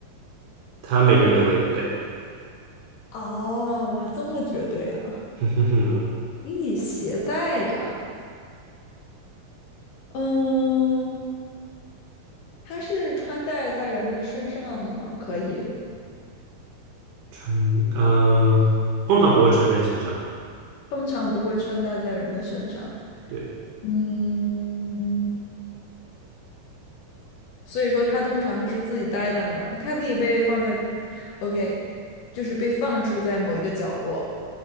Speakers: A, on the right; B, on the left.
A: 它每个人都会有，对。
B: 哦，哇，这么绝对啊！
A: 哼哼哼，
B: 可以携带的，嗯，它是穿戴在人的身上的吗？可以，
A: 穿，呃，通常不会穿在身上，
B: 通常不会穿戴在人的身上。
A: 对，
B: 嗯，所以说它通常就是自己待在那儿，它可以被放在，OK，就是被放置在某一个角落。